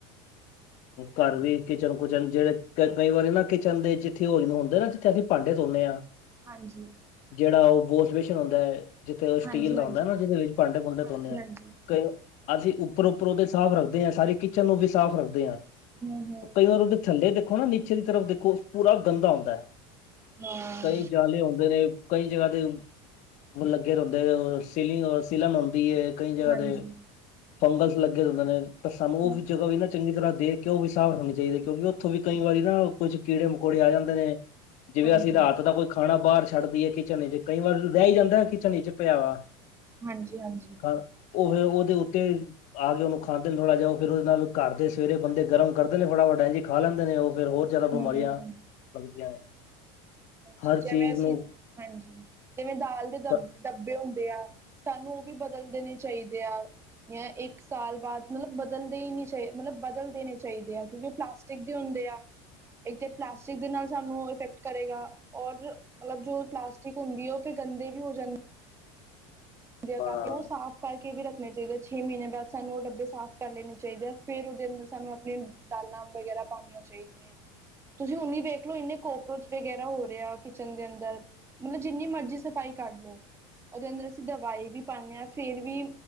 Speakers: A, on the left; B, on the right.
A: ਘਰ ਵੀ ਕਿਚਨ-ਕੁਚਨ ਚ ਜਿਹੜੇ ਕ ਕਈ ਵਾਰੀ ਨਾ ਕਿਚਨ ਦੇ ਜਿੱਥੇ ਨਾ ਹੁੰਦੇ ਨਾ, ਥੇ ਅਸੀਂ ਭਾਂਡੇ ਧੋਨੇ ਹਾਂ,
B: ਹਾਂਜੀ
A: ਜਿਹੜਾ ਉਹ ਬੋਥਵੇਸ਼ਨ ਹੁੰਦਾ ਹੈ। ਜਿੱਥੇ ਉਹ
B: ਹਾਂਜੀ
A: ਸਟੀਲ ਦਾ
B: ਹਾਂਜੀ
A: ਹੁੰਦਾ ਨਾ, ਜਿਹਦੇ ਵਿੱਚ ਭਾਂਡੇ-ਭੂੰਡੇ
B: ਹਾਂਜੀ
A: ਧੋਂਦੇ ਆ,
B: ਹਾਂਜੀ
A: ਕਈ ਅਸੀਂ ਉੱਪਰੋਂ-ਉੱਪਰੋਂ ਤੇ ਸਾਫ਼ ਰੱਖਦੇ ਹਾਂ, ਸਾਰੀ ਕਿਚਨ ਨੂੰ ਵੀ ਸਾਫ਼ ਰੱਖਦੇ ਹਾਂ,
B: ਹਮ ਹਮ
A: ਕਈ ਵਾਰ ਉਹਦੇ ਥੱਲੇ ਦੇਖੋ ਨਾ ਨੀਚੇ ਦੀ ਤਰਫ਼ ਦੇਖੋ, ਪੂਰਾ ਗੰਦਾ ਹੁੰਦਾ ਹੈ।
B: ਹਾਂ।
A: ਕਈ ਜਾਲੇ ਹੁੰਦੇ ਨੇ ਕਈ ਜਗ੍ਹਾ ਤੇ, ਲੱਗੇ ਰਹਿੰਦੇ ਔਰ ਸੀਲਿੰਗ ਸੀਲਨ ਹੁੰਦੀ ਏ‌। ਕਈ ਜਗ੍ਹਾ
B: ਹਾਂਜੀ
A: ਤੇ ਫੰਗਸ ਲੱਗੇ ਹੁੰਦੇ ਨੇ, ਤਾਂ ਸਾਨੂੰ ਉਹ
B: ਹਮ
A: ਵੀ ਜਗ੍ਹਾ ਵੀ ਨਾ ਚੰਗੀ ਤਰ੍ਹਾਂ ਦੇਖ, ਕਿ ਉਹ ਵੀ ਸਾਫ ਹੋਣੇ ਚਾਹੀਦੇ, ਕਿਉਂਕਿ ਉੱਥੋਂ ਵੀ ਕਈ ਵਾਰੀ ਨਾ ਕੁੱਝ ਕੀੜੇ-ਮਕੌੜੇ ਆ ਜਾਂਦੇ ਨੇ। ਜਿਵੇਂ
B: ਹਾਂਜੀ
A: ਅਸੀਂ ਰਾਤ ਦਾ ਕੋਈ ਖਾਣਾ ਬਾਹਰ ਛੱਡ ਦੀਏ ਕਿਚਨ 'ਚ ਕਈ ਵਾਰ ਰਹਿ ਹੀ ਜਾਂਦਾ ਕਿਚਨ 'ਚ ਪਿਆ ਵਾ।
B: ਹਾਂਜੀ-ਹਾਂਜੀ।
A: ਖਾ ਉਹ ਫੇਰ ਉਹਦੇ ਉੱਤੇ ਆ ਕੇ ਉਹਨੂੰ ਖਾਂਦੇ ਨੇ ਥੋੜ੍ਹਾ ਜਿਹਾ, ਉਹ ਫੇਰ ਉਹਦੇ ਨਾਲ ਘਰ ਦੇ ਸਵੇਰੇ ਬੰਦੇ, ਗਰਮ ਕਰਦੇ ਨੇ ਫਟਾਫਟ ਇੰਜ ਹੀ ਖਾ ਲੈਂਦੇ ਨੇ, ਉਹ ਫਿਰ ਹੋਰ ਜ਼ਿਆਦਾ
B: ਹਮ
A: ਬਿਮਾਰੀਆਂ ਲੱਗਦੀਆਂ ਨੇ।
B: ਹਾਂਜੀ,
A: ਹਰ
B: ਜਿਵੇਂ
A: ਚੀਜ਼
B: ਅਸੀਂ
A: ਨੂੰ
B: ਹਾਂਜੀ ਜਿਵੇਂ ਦਾਲ ਦੇ ਦਬ
A: ਹਾਂ
B: ਡੱਬੇ ਹੁੰਦੇ ਆ। ਸਾਨੂੰ ਉਹ ਵੀ ਬਦਲ ਦੇਣੇ ਚਾਹੀਦੇ ਆ। ਜਾਂ ਇੱਕ ਸਾਲ ਬਾਦ ਮਤਲਬ ਬਦਲਦੇ ਈ ਚਾ ਮਤਲਬ ਬਦਲ ਦੇਣੇ ਚਾਹੀਦੇ ਆ ਕਿਉਂਕਿ ਉਹ ਪਲਾਸਟਿਕ ਟਿਕ ਦੇ ਹੁੰਦੇ ਆ, ਇੱਕ ਤੇ ਪਲਾਸਟਿਕ ਦੇ ਨਾਲ ਸਾਨੂੰ ਇਫੈਕਟ ਕਰੇਗਾ। ਔਰ ਮਤਲਬ ਜੋ ਪਲਾਸਟਿਕ ਹੁੰਦੀ ਐ, ਉਹ ਫਿਰ ਗੰਦੇ ਵੀ ਹੋ ਜਾਂਦੀ ਦੀ ਆ
A: ਹਾਂ
B: ਕਾਫੀ ਉਹ ਸਾਫ਼ ਕਰਕੇ ਵੀ ਰੱਖਣੇ ਚਾਹੀਦੇ ਛੇ ਮਹੀਨੇ ਬਾਅਦ ਸਾਨੂੰ ਉਹ ਡੱਬੇ ਸਾਫ਼ ਕਰ ਲੈਣੇ ਚਾਹੀਦੇ ਆ ਫੇਰ ਉਹਦੇ ਅੰਦਰ ਸਾਨੂੰ ਆਪਣੇ ਦਾਲਾਂ ਵਗੈਰਾ ਪਾਣੀਆਂ ਚਾਹੀਦੀਆਂ, ਤੁਸੀਂ ਹੁਣ ਈ ਵੇਖਲੋ ਇੰਨੇ ਕੋਕਰੋਚ ਵਗੈਰਾ ਹੋ ਰਿਹਾ ਕਿਚਨ ਦੇ ਅੰਦਰ, ਮਤਲਬ ਜਿੰਨੀ ਮਰਜ਼ੀ ਸਫ਼ਾਈ ਕਰ ਲੋ, ਉਹਦੇ ਅੰਦਰ ਦਵਾਈ ਵੀ ਪਾਨੇ ਆ, ਫੇਰ ਵੀ